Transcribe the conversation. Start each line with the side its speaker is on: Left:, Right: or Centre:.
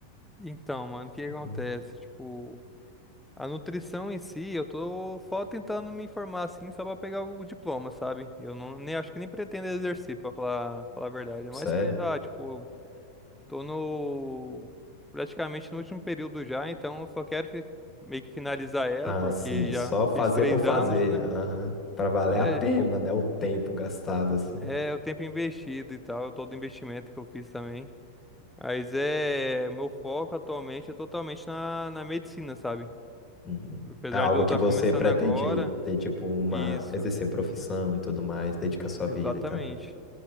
Centre: Então, mano, o que que
Left: E
Centre: acontece?
Left: como-
Centre: Tipo, A nutrição em si, eu tô só tentando me informar assim, só pra pegar o diploma, sabe? Eu não, nem acho que nem pretendo exercer, pra falar, falar a verdade. É
Left: Sério?
Centre: mais pra, ah, tipo, tô no praticamente no último período já, então eu só quero fi- meio que finalizar ela,
Left: Ah,
Centre: porque
Left: sim.
Centre: já
Left: Só fazer
Centre: fiz três
Left: por fazer.
Centre: anos, né?
Left: Aham. Para valer
Centre: É,
Left: a pena,
Centre: tipo,
Left: né? O tempo gastado, assim.
Centre: é o tempo investido e tal, todo o investimento que eu fiz também. Mas é, meu foco atualmente é totalmente na, na medicina, sabe?
Left: Uhum.
Centre: Apesar
Left: É algo
Centre: de eu estar
Left: que você
Centre: começando
Left: pretende
Centre: agora,
Left: ter, tipo, uma...
Centre: isso.
Left: Exercer profissão e tudo mais, dedicar sua
Centre: Exatamente.
Left: vida e tal.